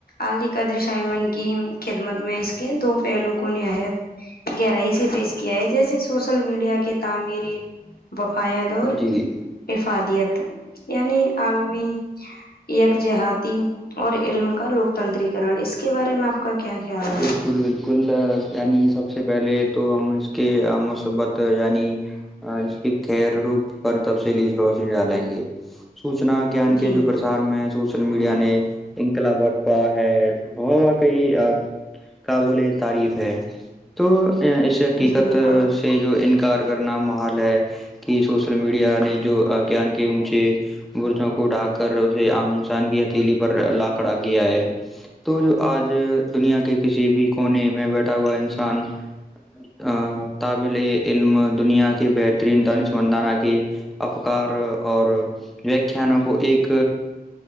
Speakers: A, on the left; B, in the centre.
A: علی قدر شائمن کی خدمت میں اس کے دو پہلو کو نہایت گہرائی سے پیش کیا ہے جیسے سوشل میڈیا کی تعمری وفایت اور
B: جی
A: افادیت یعنی عالمی یک جہاتی اور علم کا لوکتنتریکن اس کے بارے میں آپ کا کیا خیال
B: بالکل بال کل یعنی سب سے پہلے تو ہم اس کے مصیبت یعنی ہاں اس کی خیر روپ پر تفصیلی اس روشنی ڈالیں گی سوچنا
A: ہے
B: گیان
A: جی
B: کے جو پرسار میں محسوس سوشل میڈیا نے انقلاب <unintelligible> بہت بہت کئی کابل تعریف ہے تو اس حقیقت
A: جی بالکل
B: سے سے جو انکار کرنا محال ہے کی سوشل میڈیا نے جو گیان کے اونچے برجوں کو ڈھا کر اسے عام انسان کی ہتیھیلی پر لا کھڑا گیا ہے تو جو آج دنیا کے کسی بھی کونے میں بیٹھا ہوا انسان آ طابل علم دنیا کے بہترین دانش مندانہ کے افکار اور ویاکھیاانوں کو ایک